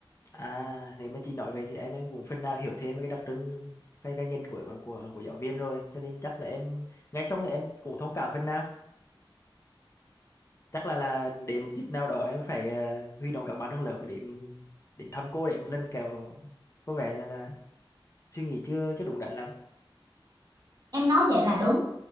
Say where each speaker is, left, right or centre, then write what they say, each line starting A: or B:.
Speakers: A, on the left; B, on the right.
A: à nếu mà chị nói về thì em em cũng phần nào hiểu thêm về cái đặc trưng cái cái ngành của của của giáo viên rồi cho nên chắc là em nghe xong thì em cũng thông cảm phần nào chắc là là đến một dịp nào đó em phải ờ, huy động các bạn trong lớp và đến đến thăm cô đấy một lần kẹo có vẻ là là suy nghĩ chưa chưa đúng đắn lắm
B: em nói vậy là đúng